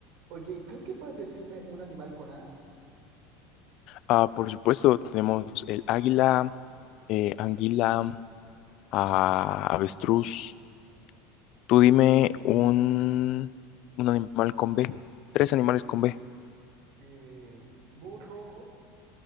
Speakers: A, on the right; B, on the left.
A: Oye, ¿crees que puedes decirme un animal con A?
B: Ah, por supuesto, tenemos el águila, eh, anguila, ah, avestruz. Tú dime un, un animal con B. Tres animales con B.
A: Eh, burro,